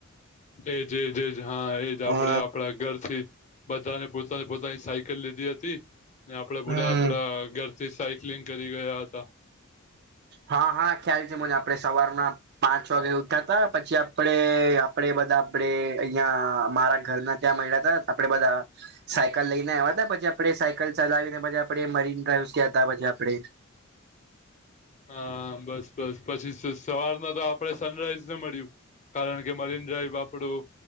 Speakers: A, on the left; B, on the right.
A: એજ એજ એજ હા એજ આપણેે
B: અ
A: આપણા ઘરથી બધાને પોતાને પોતાની સાયકલ લીધી હતી ને આપડા
B: હમ
A: ગુડા આપડા ઘર જે સાઇકલિગ કરી ગયા હતા
B: હા હા ખ્યાલ છે, મને આપણે સવારના પાંચ વાગે ઉઠતા તા પછી આપડે આપડે બધા આપડે અહિયાં મારા ઘરના ત્યાં મળ્યા તા આપડે બધા સાયકલ લઈને આવ્યા હતા પછી આપડે સાયકલ ચલાવીને પછી આપડે મરીન ડ્રાઈવસ ગયા હતા પછી આપડે
A: હા બસ બસ પછી સવારના તો આપડે સનરાઈઝને મળ્યું કારણ કે મરીન ડ્રાઈવ આપડું